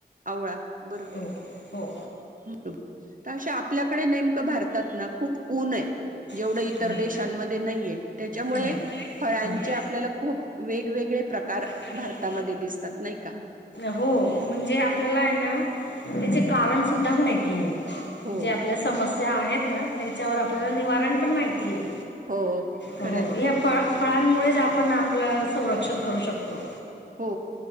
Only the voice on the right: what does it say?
आवळा बरोबर
<unintelligible> तर अशा आपल्याकडे नेमकं भारतात ना खूप ऊन आहे. जेवढं
इतर देशांमध्ये नाहीये. त्याच्यामुळे
फळांचे आपल्याला खूप वेगवेगळे प्रकार
भारतामध्ये दिसतात. नाही का.
हो
हो.
खरंय
हो